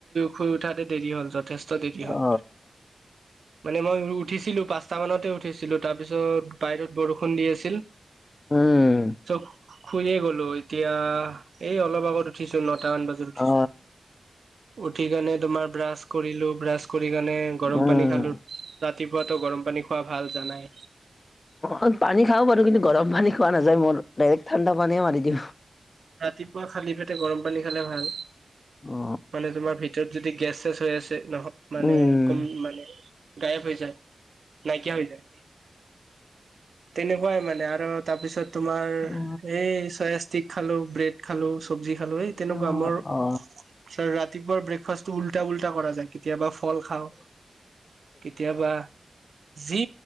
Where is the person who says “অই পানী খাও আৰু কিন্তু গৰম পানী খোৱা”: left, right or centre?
Left